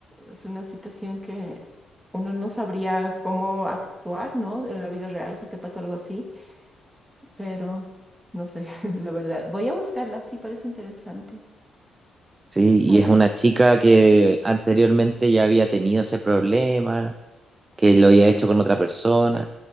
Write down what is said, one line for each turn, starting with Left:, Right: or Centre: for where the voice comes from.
Centre: es una situación que uno no sabría cómo actuar, ¿no? En la vida real si te pasa algo así, pero no sé, <laughs> la verdad. Voy a buscarla, sí, parece interesante.
Right: sí, y
Centre: A
Right: es
Centre: ver.
Right: una chica que anteriormente ya había tenido ese problema, que lo había hecho con otra persona